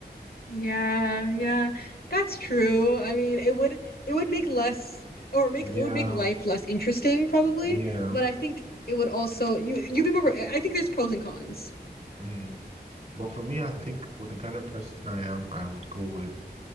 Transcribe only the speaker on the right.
yeah
yeah
mm. But for me I think with the kind of person I am I would go with